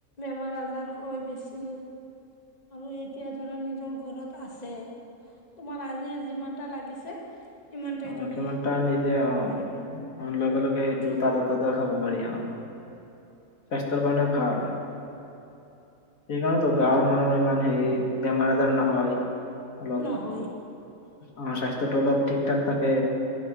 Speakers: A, on the left (about 30°); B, on the left (about 75°).
A: বেমাৰ আজাৰ হয় বেছি। আৰু এতিয়া ধৰা নিজৰ ঘৰত আছে। তোমাৰ আজি যিমানটা লাগিছে, সিমানটাই
B: অ,
A: তুমি
B: কিমানটা নিজে,
A: আনিব
B: অ।
A: পাৰিবা
B: অ লগে লগে সেইটো
A: উঠাই
B: তাজা তাজা খাব পাৰি আৰু। স্বাস্থ্যৰ কাৰণে ভাল। সেইকাৰণেতো
A: অ
B: গাঁৱৰ মানুহৰ ইমান হেৰি, বেমাৰ-আজাৰ নহয়। অলপ।
A: নহয়
B: অ স্বাস্থ্য টো অলপ ঠিক ঠাক থাকে